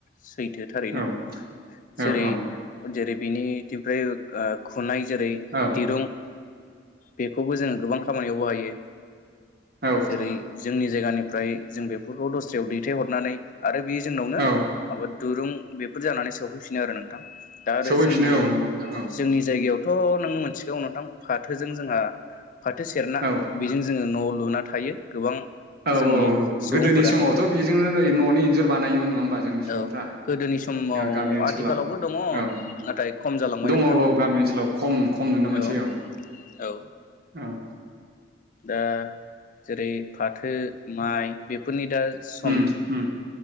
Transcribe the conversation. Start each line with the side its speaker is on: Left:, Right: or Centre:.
Left: सैथो थारैनो
Right: औ औ
Left: जेरै जेरै बेनिथिमफ्राय ओ खुनाय जेरै
Right: औ
Left: दिरुं बेखौबो जोङो गोबां खामानियाव बाहायो।
Right: औ
Left: जेरै- जोंनि जायगानिफ्राय जों बेफोरखौ दस्रायाव दैथायहरनानै आरो बेयो जे जोंनावनो
Right: औ
Left: दुरुं बेफोर जानानै सफैफिनो आरो नोंथां। दा आरो
Right: सफैफिनो
Left: जोंनि-जोंनि
Right: औ नंगौ नोंथां औ
Left: जायगायावथ' नों मोन मोनथिगौ नोंथां फा थोजों जोंहा फाथो सेरना
Right: औ
Left: बेजों जोङो न' लुना थायो गोबां।
Right: औ-औ-औ
Left: जोंनि सुबुंफोरा
Right: गोदोनि समावथ' बेजोंनो न'नि इन्जुर बानायोमोन नङा होमबा। जोंनि सुबुंफ्रा
Left: औ गोदोनि समाव
Right: गामि ओनसोलाव
Left: आथिखालावबो दङ
Right: औ
Left: नाथाय खम जालांबाय
Right: दङ
Left: नोंथां
Right: औ गामि ओनसोलाव खम खम नुनो मोनसै
Left: औ-औ।
Right: औ औ
Left: दा। जेरै- फाथो माइ। बेफोरनि दा। सम
Right: उम-उम